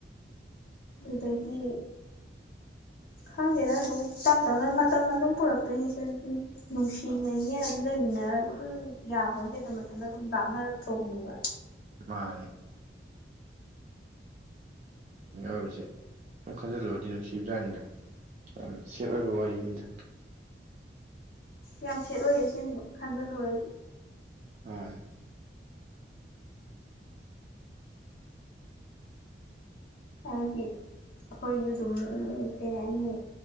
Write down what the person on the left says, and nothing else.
ꯑꯗꯩꯗꯤ ꯈꯪꯗꯦꯗ ꯑꯗꯨꯝ ꯇꯝ ꯇꯝꯅ ꯃꯇꯝꯅ ꯑꯗꯨꯝ ꯄꯨꯔꯛꯇꯣꯏꯅꯦ <unintelligible> ꯅꯨꯡꯁꯤꯅꯩꯌꯦ ꯑꯗꯨꯝ ꯂꯩꯃꯤꯟꯅꯔ ꯑꯗꯨꯝ ꯌꯥꯕꯗꯤ ꯅꯠꯇꯦ ꯑꯗꯨꯝ ꯃꯊꯟꯇ ꯑꯗꯨꯝ ꯂꯥꯞꯅꯔꯛ ꯇꯣꯔꯕꯅꯦꯕ
ꯌꯥꯝ ꯁꯦꯠ ꯑꯣꯏꯌꯦ ꯑꯁꯦꯡꯕ ꯈꯟꯖꯜꯂꯨꯔꯗꯤ
ꯍꯥꯗꯤ ꯑꯩꯈꯣꯏꯁꯨ ꯑꯗꯨꯝ ꯀꯩ ꯍꯥꯏꯅꯤ